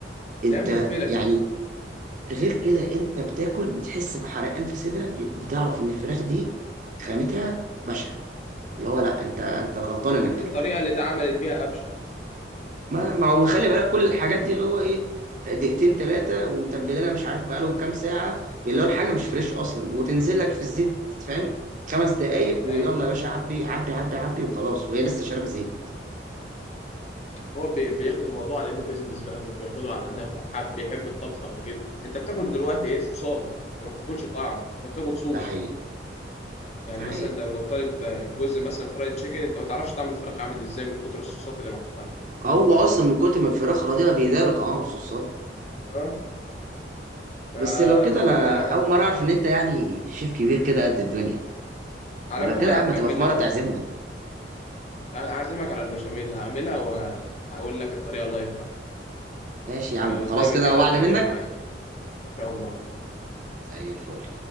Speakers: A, on the right (about 45°); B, on the left (about 35°).
A: انت
B: لا مدفلة
A: يعني
B: كده
A: غير كده انت بتاكل بتحس بحرقان في صدرك بتعرف ان الفراخ دي خامتها بشعة اللي هو لا انت انت غلطان انك
B: والطريقة
A: اكلتها
B: اللي اتعملت بيها أبشع
A: ما, ما هو خلي بالك كل الحاجات دي اللي هو ايه دقيقتين ثلاثة ومتبلينها مش عارف بقالهم كام ساعة اللي هو الحاجة مش فريش أصلا وتنزل لك في الزيت فاهم خمس دقايق
B: أيوه
A: ويلا يا باشا عبي عبي عبي عبي وخلاص وهي لسه شاربة زيت
B: هو بي- بياخد الموضوع على إنه بيزنس بقى مش بياخده على إنه حب بيحب الطبخ أو كده أنت بتاكل دلوقتي إيه صوصات أنت ما بتاكلش طعم أنت بتاكل صوص
A: ده حقيقي
B: يعني
A: ده حقيقي
B: مثلا لو لو طالب جزء مثلا فرايد تشيكن أنت ما تعرفش طعم الفراخ عامل إزاي من كتر الصوصات اللي محطوط عليها
A: هو اصلا من كتر ما الفراخ رضيعه بيداروا طعام الصوصات
B: اه فأتمنى
A: بس لو كده انا
B: يعني
A: اول مره اعرف ان انت يعني شيف كبير كده قد الدنيا
B: على
A: ما لو
B: العموم
A: كده
B: أنا
A: يا عم
B: هكمل
A: تبقى في
B: لك
A: مره تعزمنا
B: أعزمك على البشاميل اللي هعملها وأقول لك الطريقة لايف بقى
A: ماشي يا
B: تبقى
A: عم خلاص
B: قدامي
A: كده
B: كده
A: وعد
B: وتعملها
A: منك
B: معايا إن شاء الله
A: زي الفل